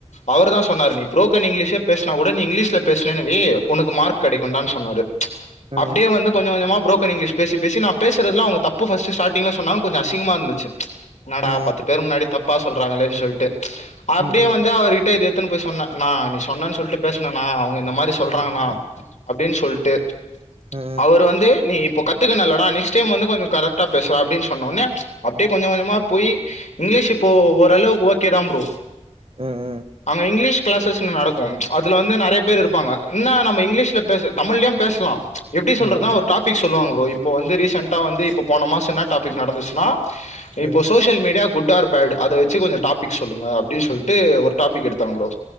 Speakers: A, on the left; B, on the right.
A: அவர்தா சொன்னாரு நீ புரோக்கன் இங்கிலீஷே பேசுனா கூட நீ இங்கிலீஷ்ல பேசுனேன் வை உனக்கு மார்க் கெடைக்குன்டான் சொன்னாரு
B: அ அ
A: அப்டியே வந்து கொஞ்சொ கொஞ்சமா புரோக்கன் இங்லீஷ் பேசி பேசி நா பேசுறதுலா அவங்க தப்பு ஃபஸ்ட் ஸ்டாட்டிங்ல சொன்னாங்க கொஞ்சொ அசிங்கமா இருந்துச்சு என்னாடா
B: அ அ
A: பத்து பேர் முன்னாடி தப்பா சொல்றாங்கல்லேன் சொல்ட்டு அப்டியே
B: ம் ம்
A: வந்து அவர்கிட் ட இது எத்துன்னு போய் சொன்ன அண்ணா நீ சொன்னேன்னு சொல்ட்டு பேசுனணா அவங்க இந்த மாரி சொல்றாங்கன்னா அப்டின்னு சொல்ட்டு
B: அ அ
A: அவர் வந்து நீ இப் ப்போ கத்துக்குனல்லடா நெக்ஸ்ட் டைம் வந்து கொஞ்சோ கரெக்ட்டா பேசுவ அப்டின் சொன்னோன அப்டியே கொஞ்ச கொஞ்சமா போய் இங்கிலீஷ் இப்போ ஓரளவுக்கு ஓகேதா வ
B: அ அ
A: அங்க இங்கிலீஷ் கிளாசஸ்ல நடக்கும் அதுல வந்து நெறைய பேர் இருப்பாங்க என்ன நம்ம இங்கிலீஷ்ல பேச தமிழ்லயு பேசலா எப்டி சொல்றதுனா
B: ம் ம்
A: ஒரு டாபிக் சொல்லாங்க ப்ரோ இப் போ வந்து ரீசென்டா வந்து இப்ப போன மாசோ என்ன டாபிக் நடந்துச்சுன்னா இப்போ
B: அ
A: social media good or bad அத வச்ச கொஞ்சொ டாபிக் சொல்லுங்க அப்டின்னு சொல்லிட்டு ஒரு டாபிக் எடுத்தாங்க ப்ரோ